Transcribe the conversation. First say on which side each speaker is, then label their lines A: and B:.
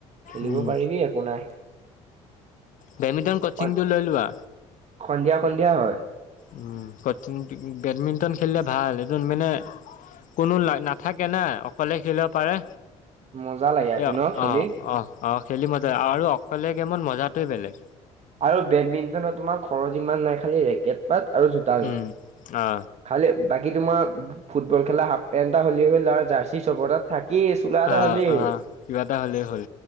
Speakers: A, on the right; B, on the left.
A: খেলিব
B: উম
A: পাৰিবি একো নাই।
B: বেডমিণ্টন কচিংটো
A: সন-
B: লৈ লোৱা।
A: সন্ধিয়া সন্ধিয়া হয়।
B: উম, কচিং বেডমিণ্টন খেলিলে ভাল, সেইটোত মানে কোনো লা নাথাকে না, অকলে খেলিব পাৰে।
A: মজা লাগে আকৌ
B: এ,
A: ন খেলি
B: অ অ। অঁ খেলি মজা আৰু অকলে গেমত মজাটোৱে বেলেগ।
A: আৰু বেডমিণ্টনত তোমাৰ খৰচ ইমান নাই, খালি ৰেকেট পাত আৰু জোতা যোৰ,
B: উম অ
A: খালি বাকী তোমাৰ ফুটবল খেলা হাফপেণ্ট এটা হলেই হ'ল' আৰু জাৰ্চি চবৰ তাত থাক কি চুলা এটা
B: অ
A: হলেই
B: অ
A: হ'ল।
B: কিবা এটা হ'লেই হ'ল